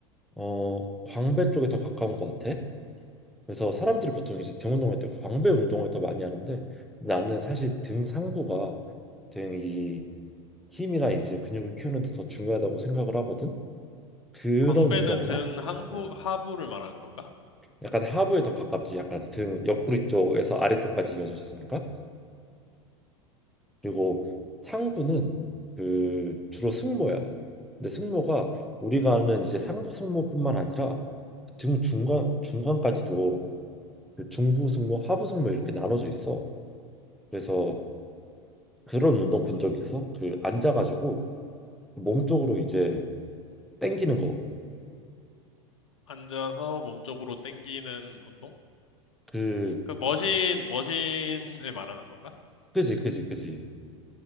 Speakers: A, in the centre; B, on the left (about 75°).
A: 어 광배 쪽에 더 가까운 것 같아. 그래서 사람들이 보통 이제 등 운동할 때 광배 운동을 더 많이 하는데 나는 사실 등 상부가 등이 힘이나 이제 근육을 키우는 데 더 중요하다고 생각을 하거든. 그런
B: 광배는
A: 운동
B: 등
A: 알아?
B: 항부,
A: 응.
B: 하부를 말하는 건가?
A: 약간 하부에 더 가깝지. 약간 등 옆구리 쪽에서 아래쪽까지 이어져 있으니까. 그리고 상부는 그 주로 승모야. 근데 승모가 우리가 아는 이제 상부 승모뿐만 아니라 등 중간 중간까지도 그 중부 승모, 하부 승모 이렇게 나눠져 있어. 그래서 그런 운동 본 적 있어? 그 앉아가지고 몸 쪽으로 이제 당기는 거.
B: 앉아서 몸 쪽으로 당기는 운동?
A: 그
B: 그 머신, 머신을 말하는 건가?
A: 그지 그지 그지.